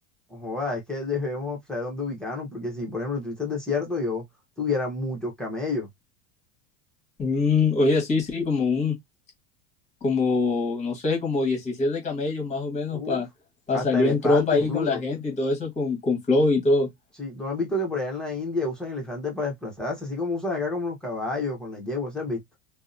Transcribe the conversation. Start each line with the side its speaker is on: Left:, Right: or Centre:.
Centre: joda, es que debemos saber dónde ubicarnos, porque si, por ejemplo, estuviste desierto, yo tuviera muchos camellos.
Left: Mm, oye, sí, sí, como un, como, no sé, como 17 camellos más o menos
Centre: Uf,
Left: para
Centre: hasta
Left: salir
Centre: elefante
Left: en tropa ahí
Centre: incluso.
Left: con la gente y todo eso con, con flow y todo.
Centre: Si tú has visto que por allá en la India usan elefantes para desplazarse, así como usan acá como los caballos, con las yeguas, ¿sí has visto?